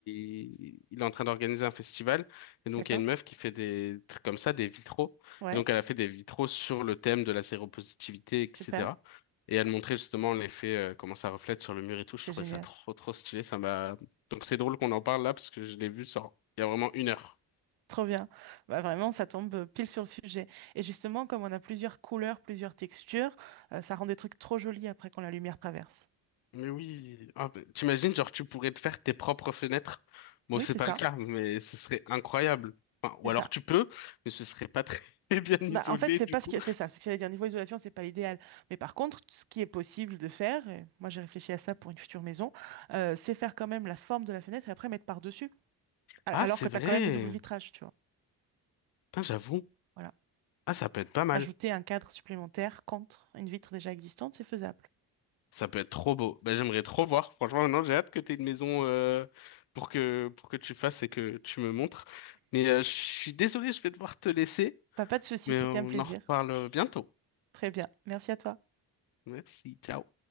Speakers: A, on the left; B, on the right.
A: il est en train d'organiser un festival. Et donc,
B: D'accord.
A: il y a une meuf qui fait des trucs comme ça, des vitraux.
B: Ouais,
A: Et donc, elle a fait des vitraux sur le thème de la séropositivité, etc.
B: super.
A: Et elle montrait justement l'effet, euh, comment ça reflète sur le mur et tout. Je
B: C'est
A: trouvais
B: génial.
A: ça trop, trop stylé. Ça m'a... Donc, c'est drôle qu'on en parle là, parce que je l'ai vu sur... il y a vraiment une heure.
B: Trop bien. Bah, vraiment, ça tombe pile sur le sujet. Et justement, comme on a plusieurs couleurs, plusieurs textures, euh, ça rend des trucs trop jolis après quand la lumière traverse.
A: Mais oui, Ah, bah, t'imagines, genre tu pourrais te faire tes propres fenêtres. Bon,
B: Oui,
A: c'est
B: c'est
A: pas
B: ça.
A: le cas, mais ce serait incroyable. Enfin, ou
B: C'est ça.
A: alors tu peux, mais ce serait pas très <laughs> bien isolé
B: Bah, en fait, c'est
A: du
B: pas
A: coup.
B: ce qui... c'est ça. Ce que j'allais dire, niveau isolation, c'est pas l'idéal. Mais par contre, ce qui est possible de faire, et moi j'ai réfléchi à ça pour une future maison, euh, c'est faire quand même la forme de la fenêtre et après mettre par-dessus. A-
A: Ah,
B: Alors
A: c'est
B: que
A: vrai.
B: tu as quand même du double vitrage, tu vois.
A: Putain, j'avoue.
B: Voilà.
A: Ah, ça peut être pas mal.
B: Ajouter un cadre supplémentaire contre une vitre déjà existante, c'est faisable.
A: Ça peut être trop beau. Bah, j'aimerais trop voir. Franchement, maintenant, j'ai hâte que t'aies une maison euh, pour que pour que tu fasses et que tu me montres. Mais euh, je suis désolé, je vais devoir te laisser,
B: Bah, pas de souci,
A: mais
B: c'était
A: on
B: un plaisir.
A: en reparle bientôt.
B: Très bien. Merci à toi.
A: Merci, ciao.